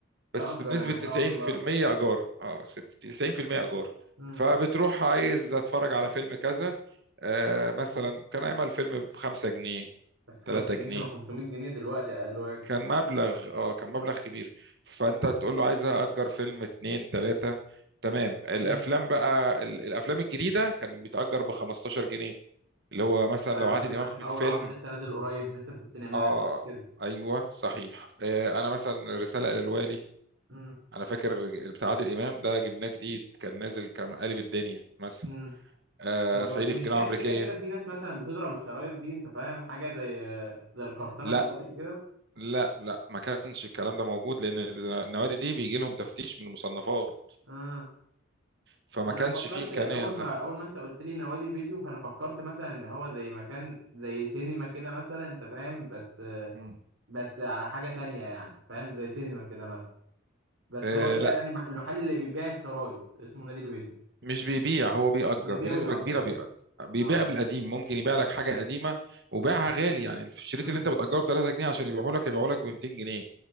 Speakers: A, on the right; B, on the right.
A: تأجر
B: بس بنسبة
A: يعني
B: 90%
A: اه بتبقى
B: إيجار اه 60 90% إيجار
A: امم
B: فبتروح عايز أتفرج على فيلم كذا آه مثلا كان أعمل فيلم بخمسة جنيه
A: بس 5
B: تلاتة
A: جنيه
B: جنيه
A: كانوا 500 جنيه دلوقتي اقل واجب
B: كان مبلغ اه كان مبلغ كبير فأنت تقول له عايز أأجر فيلم اتنين تلاتة تمام الأفلام
A: امم
B: بقى ال- الأفلام الجديدة كان بيتأجر بخمستاشر جنيه اللي هو مثلا
A: ده
B: لو
A: مثلا
B: عادل إمام
A: عشان
B: عامل
A: اول
B: فيلم
A: عرض لسه نازل قريب لسه في السينمات
B: اه
A: كده
B: ايوه صحيح آه انا مثلا رساله الى الوالي
A: امم
B: انا فاكر ال- بتاع عادل امام ده جبناه جديد كان نازل كان قالب الدنيا مثلا
A: امم
B: آه
A: طب
B: صعيدي
A: مش
B: في الجامعه
A: كان
B: الامريكيه
A: كده كده في ناس مثلا بتضرب الشرايط دي انت فاهم حاجه زي زي القرطنه
B: لا
A: دلوقتي كده
B: لا لا ما كانش الكلام ده موجود لان النوادي دي بيجي لهم تفتيش من المصنفات
A: امم
B: فما
A: انا
B: كانش
A: فكرت
B: فيه امكانيه
A: اول
B: لده
A: ما اول ما انت قلت لي نوادي فيديو فانا فكرت مثلا ان هو زي مكان زي سينما كده مثلا انت فاهم بس
B: مم.
A: بس على حاجه تانية يعني فاهم زي سينما كده مثلا بس
B: آه
A: هو طلع
B: لا
A: يعني مح- المحل اللي بيبيع الشرايط اسمه نادي البيض
B: مش بيبيع هو بيأجر
A: هو بيبيع
B: بنسبه
A: ويأجر
B: كبيره
A: يعني
B: بيأجر بيبيع
A: اه
B: بالقديم ممكن يبيع لك حاجه قديمه وبيعها غالي يعني الشريط
A: امم
B: اللي انت بتأجره ب 3 جنيه عشان يبيعه لك يبيعه لك ب 200 جنيه